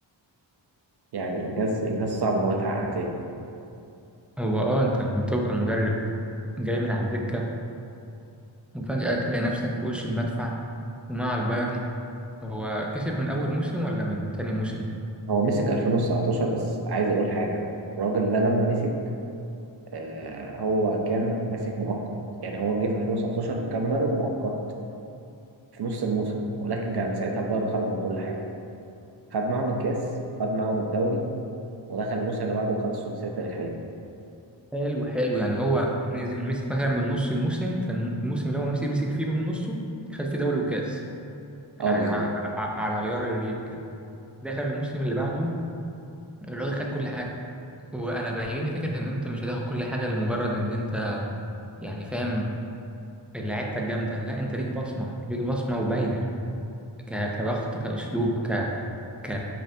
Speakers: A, on the right; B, in the centre.
A: يعني إنجاز إنجاز صعب إن هو يتحقق تاني
B: هو اه انت لما تبقى مدرب جاي من على الدكة وفجأة تلاقي نفسك في وش المدفع ومع البايرن هو كسب من اول موسم ولا من تاني موسم
A: هو مسك 2019 بس عايز أقول حاجة الراجل ده لما مسك آه هو كان ماسك مؤقت يعني هو جه في 2019 كان مدرب مؤقت في نص الموسم ولكن كان ساعتها البايرن خرج من كل حاجة خد معاهم الكاس خد معاهم الدوري ودخل الموسم اللي بعده وخد السداسية التاريخية
B: حلو حلو يعني هو نزل مسك مثلا من نص الموسم كان الموسم اللي هو مسك مسك فيه من نصه خد فيه دوري وكاس يعني
A: اه بالظبط
B: على, على غيار الريق كده دخل الموسم اللي بعده الراجل خد كل حاجه وانا بيعجبني فكره ان انت مش هتاخد كل حاجه لمجرد ان انت يعني فاهم لعيبتك جامده لا انت ليك بصمه ليك بصمه وباينه ك- كضغط كاسلوب ك ك